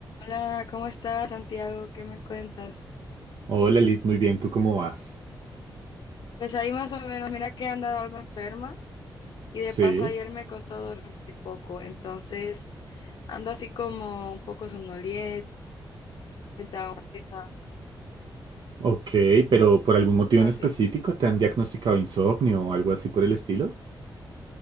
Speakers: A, on the left (about 65°); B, on the right (about 65°).
A: Hola, ¿cómo estás, Santiago? ¿Qué me cuentas?
B: Hola Liz, muy bien, ¿tú cómo vas?
A: Pues ahí más o menos, mira que he andado algo enferma y de
B: Sí,
A: paso ayer me costó dormir poco, entonces ando así como un poco somnolienta, un- esa-
B: ok, pero ¿por algún motivo
A: algo
B: en
A: así.
B: específico te han diagnosticado insomnio o algo así por el estilo?